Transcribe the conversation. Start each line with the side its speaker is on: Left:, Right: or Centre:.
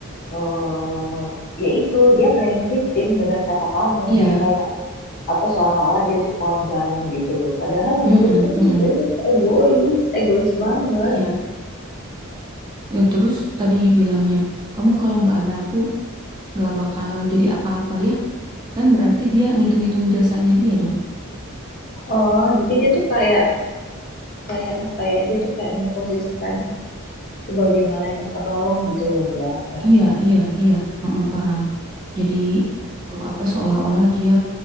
Left: eh ya itu, dia playing victim, bener kata kamu.
Right: Iya.
Left: Jadi kayak atau seolah-olah dia tuh korban gitu loh. Padahal menurutku
Right: Mm-mm,
Left: tuh
Right: mm-mm.
Left: sebenarnya dia tuh egois, egois banget.
Right: Iya. Ya, terus tadi bilangnya, kamu kalau nggak ada aku nggak bakal jadi apa-apa ya. Kan berarti dia ngitung-ngitung jasanya dia dong.
Left: oh jadi dia tuh kayak kayak apa ya? Dia tuh kayak memposisikan sebagai malaikat penolong gitu loh, gak? Ya
Right: Iya,
Left: ampun.
Right: iya, iya. Heeh, paham. Jadi eh, apa seolah-olah dia